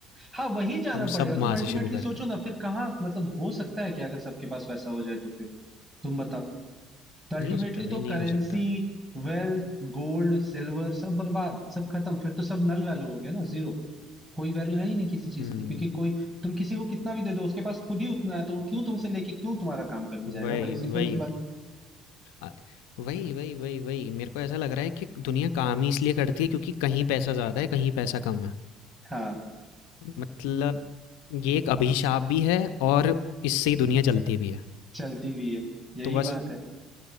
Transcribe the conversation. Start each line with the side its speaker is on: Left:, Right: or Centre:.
Right: हाँ वही जाना
Left: हम
Right: पड़ेगा
Left: सब
Right: तुम
Left: वहां
Right: अल्टीमेटली
Left: से शुरू
Right: सोचो
Left: कर रहे हैं
Right: ना फिर कहाँ मतलब हो सकता है क्या अगर सबके पास पैसा हो जाए तो फिर तुम बताओ तो अल्टीमेटली
Left: नहीं हो सकता भाई
Right: तो
Left: नहीं
Right: करेंसी
Left: हो सकता
Right: वेल्थ गोल्ड सिल्वर सब बर्बाद सब खत्म फिर तो सब नल वैल्यू हो गया ना जीरो कोई वैल्यू है ही नहीं किसी चीज
Left: हम्म
Right: की क्योंकि कोई तुम किसी को कितना भी दे दो उसके पास खुद ही उतना है तो वो क्यों तुमसे लेके क्यों तुम्हारा काम करने जाएगा
Left: वही
Right: भाई सिंपल
Left: वही
Right: सी बात
Left: आ- वही वही वही वही मेरे को ऐसा लग रहा है कि दुनिया काम ही इसलिए करती है क्योंकि कहीं पैसा ज़्यादा है कहीं पैसा कम है
Right: हाँ
Left: मतलब ये एक अभिशाप भी है और इससे ही दुनिया चलती भी है
Right: चलती भी है यही
Left: तो बस
Right: बात है